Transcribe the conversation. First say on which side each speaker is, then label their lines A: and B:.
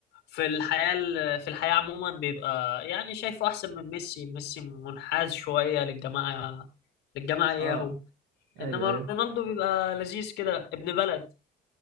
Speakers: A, on the left; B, on the right.
A: في الحياة ال- في الحياة عموما بيبقى يعني شايفه احسن من ميسي ميسي منحاز شوية للجماعة للجماعة اياهم
B: اه ايوه
A: انما
B: ايوه
A: رونالدو بيبقى لذيذ كده ابن بلد